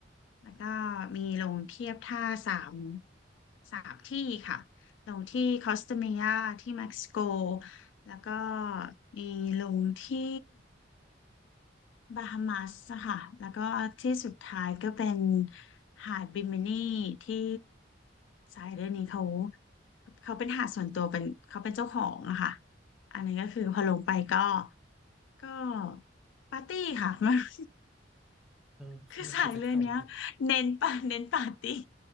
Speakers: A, on the left; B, in the centre.
A: แล้วก็มีลงเทียบท่าสามสามที่ค่ะลงที่คอสตาเมียที่เม็กซิโกแล้วก็มีลงที่บาฮามัสค่ะแล้วก็ที่สุดท้ายก็เป็นหาดบิมินีที่สายเรือนนี้เขาเขาเป็นหาดส่วนตัวเป็นเขาเป็นเจ้าของอะค่ะอันนี้ก็คือพอลงไปก็ ก็ปาร์ตี้ค่ะ <laughs>
B: เออ
A: คือสายเลยเนี้ย
B: <laughs> กิจกรรม
A: เน้นปาเน้นปาร์ตี้